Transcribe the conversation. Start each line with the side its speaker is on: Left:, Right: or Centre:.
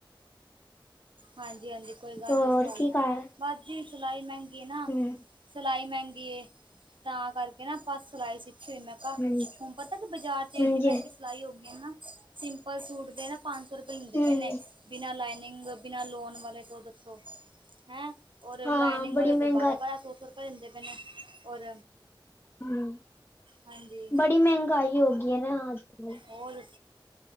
Right: ਹਾਂਜੀ- ਹਾਂਜੀ ਕੋਈ ਗੱਲ
Left: ਹੋਰ
Right: ਨੀ, ਸਵਾਲਨਾ
Left: ਕੀ ਕਰ
Right: ਬਾਸ ਜੀ ਸਿਲਾਈ ਮਹਿੰਗੀ ਏਨਾ-
Left: ਹਮ,
Right: ਸਿਲਾਈ ਮਹਿੰਗੀ ਏ ਤਾਂ ਕਰਕੇ ਨਾ, ਆਪਾਂ ਸਿਲਾਈ ਸਿੱਖ ''ਮੈਂ ਕਿਹਾ
Left: ਹਾਂਜੀ
Right: ਹੁਣ ਪਤਾ ਕੀ ਬਾਜ਼ਾਰ'ਚ
Left: ਹਾਂਜੀ
Right: ਏਡੀ ਮਹਿੰਗੀ ਸਿਲਾਈ ਹੋ ਗਈ ਏ ਨਾ, ਸਿੰਪਲ ਸੂਟ ਦੇ ਨਾ ਪਾੰਜਸੌ ਰੁਪਏ ਲੈਂਦੇ
Left: ਹਮ,
Right: ਪਏ ਨੇ, ਬਿਨਾਂ ਲਾਈਨਿੰਗ ਬਿਨਾਂ ਲੋਨ ਵਾਲੇ ਤੋਂ ਦੱਸੋ ਹੈਂ, ਔਰ
Left: ਹਾਂ
Right: ਲਾਈਨਿੰਗ
Left: ਬੜੀ
Right: ਵਾਲੇ ਦੇ
Left: ਮਹਿੰਗਾਈ
Right: ਬਾਰਾਂ- ਬਾਰਾਂ ਸੋਸੋ ਸ ਲੀਂਦੇ ਪਏ ਨੇ, ਔਰ
Left: ਹੂੰ,
Right: ਹਾਂਜੀ
Left: ਬੜੀ ਮਹਿੰਗਾਈ ਹੋ ਗਈ ਹੈ, ਨਾ ਹ
Right: ਹੋਰ